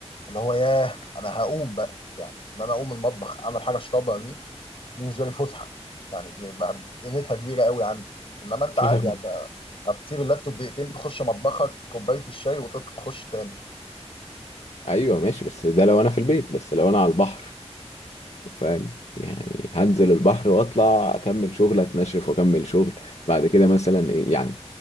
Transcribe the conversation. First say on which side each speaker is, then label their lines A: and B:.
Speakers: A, on the left; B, on the left.
A: اللي هو ياه انا هقوم بقى يعني ان انا اقوم المطبخ اعمل حاجه اشربها دي دي بالنسبه لي فسحه يعني دي بقى قيمتها كبيره قوي عندي انما انت
B: فاهم
A: عادي هت- هتسيب اللابتوب دقيقتين تخش مطبخك كوبايه الشاي وتخش تاني
B: ايوه ماشي بس ده لو انا في البيت بس لو انا على البحر فاهم يعني هنزل البحر واطلع اكمل شغل اتنشف واكمل شغل بعد كده مثلا ايه يعني